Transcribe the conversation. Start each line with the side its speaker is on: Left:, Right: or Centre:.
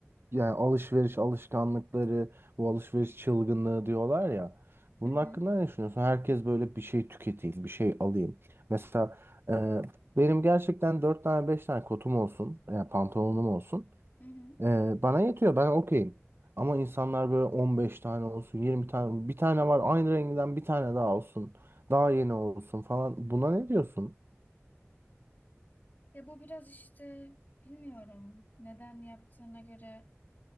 Right: yani alışveriş alışkanlıkları, bu alışveriş çılgınlığı diyorlar ya. Bunun
Left: Hı hı.
Right: hakkında ne düşünüyorsun? Herkes böyle bir şey tüketeyim, bir şey alayım. Mesela e, benim gerçekten 4 tane 5 tane kotum olsun, e, pantolonum olsun.
Left: Hı hı.
Right: E, bana yetiyor, ben okeyim. Ama insanlar böyle 15 tane olsun, 20 tane, bir tane var aynı renginden bir tane daha olsun. Daha yeni olsun falan. Buna ne diyorsun?
Left: Ya bu biraz işte Bilmiyorum neden yaptığına göre